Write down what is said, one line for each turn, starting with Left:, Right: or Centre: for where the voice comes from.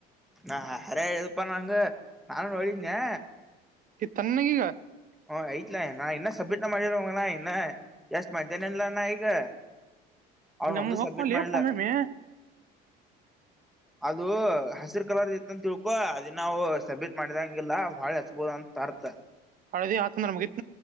Centre: ನಾ ಹರೇ ಹೇಳ್ ಪ ನಂದ್ ನಾನು ನೋಡಿದ್ನೇ
Right: ಕತ್ತನ್ ಈಗ
Centre: ಹ ಐತ್ಲ ನಾ ಇನ್ನ ಸಬ್ಮಿಟ್ ಮಾಡಿದರವಂಗನ ಇನ್ನ ಎಷ್ಟ್ ಮನ ಇಲ್ಲ ಗ್ ಅವನು
Right: ನಮ್ಮ
Centre: ಒಂದು
Right: ಹೋಗ್ವಲ್ಲಿ
Centre: ಸಬ್ಮಿಟ್ ಮಾಡಿಲ್ಲ
Right: ಒಮ್ಮೆ
Centre: ಅದು ಹಸಿರು ಕಲರ್ ಇತ್ತ ಅಂತ ತಿಳ್ಕೊ ಅದನ್ನ ನಾವು ಸಬ್ಮಿಟ್ ಮಾಡಿದಂಗಿಲ್ಲ ಬಾಳೆ ಹಚ್ಬೋದ ಅಂತ ಅರ್ತ
Right: ಹಳದಿ ಆತ ಮುಗಿತ್